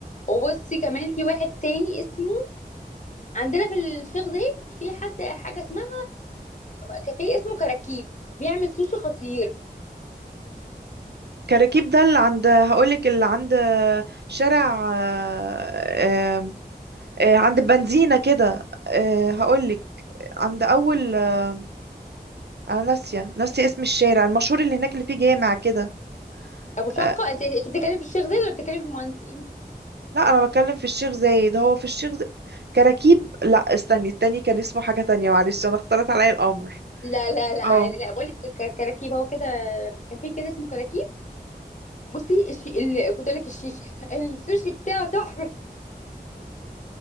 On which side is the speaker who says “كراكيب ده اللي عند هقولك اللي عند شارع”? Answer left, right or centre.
Right